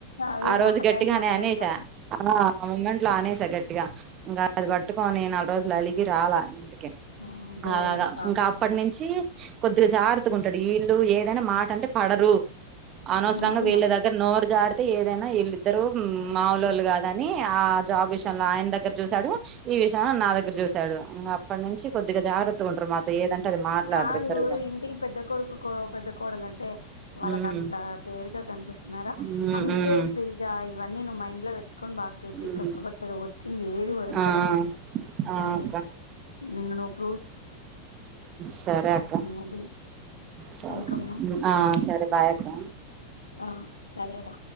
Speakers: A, on the left (about 75°); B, on the right (about 30°).
A: అదేలే
B: ఆ రోజు గట్టిగానే
A: టైంలో ఆ మొమెంట్‌లో
B: అనేసా
A: అట్లా.
B: ఆ ముమంట్లో ఆనేసా గట్టి గట్టిగా ఇంకా అది పట్టుకోని నాలుగు రోజులు అలిగి రాలా ఇంటి కి
A: హ్మ్. బోడిగాడు
B: అలాగా
A: రాకపోతే
B: ఇంకా అప్పటి
A: మరి.
B: నించి కొద్దిగా జార్ ఎత్తుకుంటాడు వీళ్ళు ఏదైనా మాట అంటే పడరు అనొసరంగా
A: అది
B: వీళ్ల
A: మరి
B: దగ్గర నోరు జార్ అయితే ఏదైనా వీళ్ళిద్దరు మాముూలు వాళ్ళు కాదని ఆ జాబ్ విషయంలో ఆయన దగ్గర చూసాడు ఈ విషయంలో నా దగ్గర చూసాడు ఇంకా అప్పటి నుంచి కొద్దిగా జగ్రత్త ఉండ్ర్రి మ ఏదంటే అది మాట్లాడ్రి
A: కాదు
B: ఇద్దరుగా
A: ఇంటికి పెద్ద కొడుకు కో పెద్ద కోడలు అంటే వాళ్ళక
B: ఉమ్
A: అంత తేరుగా కనిపిస్తున్నారా
B: ఉమ్
A: అందుకే
B: ఉమ్
A: శ్రీజ ఇవన్న ను్వు మండ్ పెట్ కకొని బాగా కట్టి
B: ఉమ్
A: కష్టపడిచేది వచ్చింది ఏది వదిలిపెట్టకు
B: ఆ ఆ
A: అది
B: అక్క
A: నిన్ను ను
B: సరే అక్క
A: అది
B: సరే
A: ఇంకమ్మా
B: ఆ సరే బాయ్ అక్క
A: ఆ సరేరా